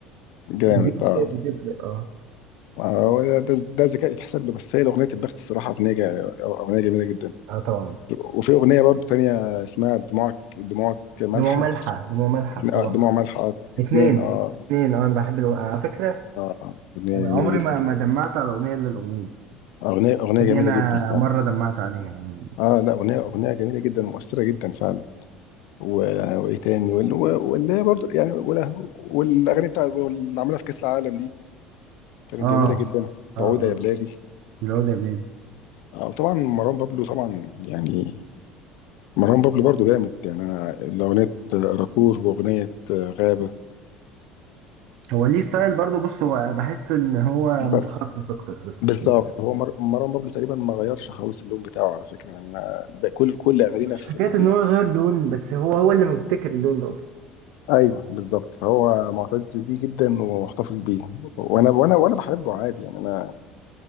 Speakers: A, on the left; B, on the right.
A: جامد
B: الفيو
A: اه
B: بت- بتفرق اه
A: آه، هو ده ده ده ذكاء يتحسب له بس هي اغنيه البخت الصراحه اغنيه جا- اغنيه جميله جدا
B: اه طبعا
A: وفي أغنية برضو تانية اسمها دموعك دموعك مالحة
B: دموع ملحة دموع ملحة
A: اتن-
B: طبعا
A: آه، دموع مالحة آه، اتنين
B: اتنين اتنين
A: اه
B: اتنين اه انا بحب الأغ- على فكرة
A: اه آه، أغنية
B: عمري
A: جميلة جدا
B: ما ما دمعت على اغنية الا الاغنية
A: أغنية أغنية جميلة
B: دي انا
A: جدا فعلا
B: مره دمعت عليها يعني
A: اه لا أغنية أغنية جميلة جدا ومؤثرة جدا فعلا و- وإيه تاني وال- واللي هي برضو يعني ولا- والأغاني بتاع اللي عملها في كأس العالم دي كانت
B: اه اه
A: جميلة جدا بعودة
B: اه اه
A: يا بلادي
B: اللي هو ده بلادي
A: آه وطبعا مروان بابلو طبعا يعني مروان بابلو برضو جامد يعني أنا الأغنية راكور وأغنية آه، غابة
B: هو ليه ستايل برضه بص هو بحس ان هو متخصص
A: آه،
B: اكتر بس
A: بالظبط هو مر... مروان بابلو تقريبا ما غيرش خالص اللون بتاعه على فكره يعني أنا ده كل كل اغانيه نفس
B: مش حكاية
A: ال...
B: إن هو
A: نفس
B: غير لون بس هو هو اللي مبتكر اللون ده
A: ايوه بالظبط فهو معتز بيه جدا ومحتفظ بيه وانا وانا وانا بحبه عادي يعني انا